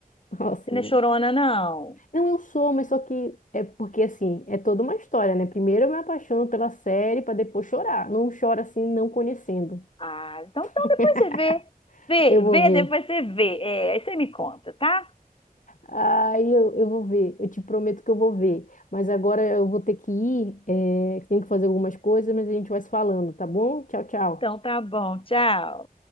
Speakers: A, on the left; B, on the left.
A: <laughs> Nossa,
B: Você não
A: não...
B: é chorona, não.
A: Não, eu sou, mas só que é porque assim, é toda uma história, né? Primeiro eu me apaixono pela série para depois chorar. Não chora assim não conhecendo.
B: Ah, então,
A: <laughs>
B: então depois você vê. Vê,
A: Eu vou
B: vê,
A: ver.
B: depois você vê. É, aí você me conta, tá?
A: Aí eu, eu vou ver, eu te prometo que eu vou ver. Mas agora eu vou ter que ir, é, que tenho que fazer algumas coisas, mas a gente vai se falando, tá bom? Tchau, tchau.
B: Então tá bom, tchau.